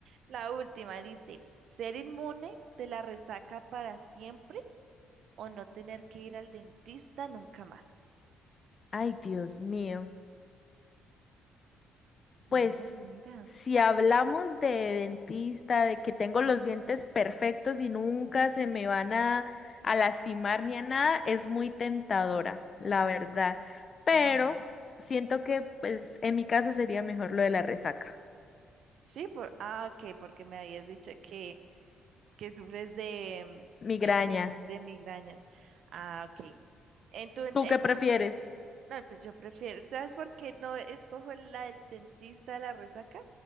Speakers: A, on the right; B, on the left.
A: La última dice, ¿ser inmune de la resaca para siempre o no tener que ir al dentista nunca más?
B: Ay, Dios mío.
A: Mira,
B: Pues
A: mira.
B: si hablamos de dentista, de que tengo los dientes perfectos y nunca se me van a, a lastimar ni a nada, es muy tentadora, la verdad. Pero
A: Ujú.
B: siento que pues en mi caso sería mejor lo de la resaca,
A: Sí, por, ah, ok, porque me habías dicho que, que sufres de, mm,
B: migraña.
A: ay, de, de migrañas. Ah, ok. En tu, en
B: ¿Tú qué prefieres?
A: tu No, pues yo prefiero, ¿sabes por qué no escojo la del dentista de la resaca?